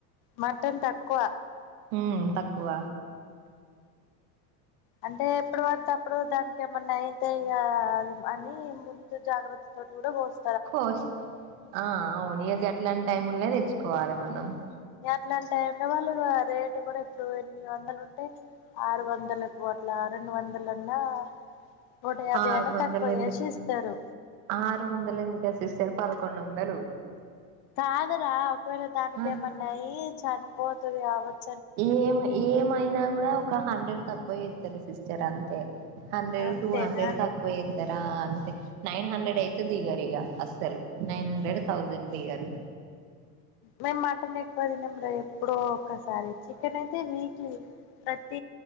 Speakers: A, on the left; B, on the right.
A: మటన్ తక్కువ
B: ఉమ్ తక్కువ
A: అంటే ఎప్పుడు పడితేప్పుడు దానికి ఏమన్నా అయితే ఇగ అని ముందు జాగ్రత్త తోటి కూడా కోస్
B: కోస్త్ ఆ అవును ఇగ గట్లాంటి టైంల్నే తెచ్చు కోవాలే మల్
A: మ్ అట్లాంటైంల్లా వాళ్ళిగ రేటు కూడా ఇప్పుడు ఎనిమిది వందలు ఉంటే ఆరు వందల అట్ల రెండు వందలన్నా నూట యాభై
B: ఆరు
A: అన్నా
B: వందల
A: తక్కువ
B: ఎందుకే,
A: చేసి ఇస్తారు
B: ఆరు వందల ఎందుకేసిస్తారు పదకొండు వందలు
A: కాదురా ఒకవేళ దానికేమన్నయ్యి
B: ఆ
A: చనిపో తది యావత్
B: ఏం ఏమైనా కూడా ఒక హండ్రెడ్ తక్కువ చేస్తారు సిస్టర్ అంతే హండ్రెడ్
A: అంతేనా
B: టూ హండ్రెడ్ తక్కువ చేత్తరు ఆ అంతే నైన్ హండ్రెడ్ అయితే దిగారు ఇగ అస్సలు నైన్ హండ్రెడ్ థౌజండ్ దిగారు
A: మేమ్ మటన్ ఎక్కువ తినము రా ఎప్పుడో ఒకసారి చికెన్ అయితే వీక్లీ ప్రతి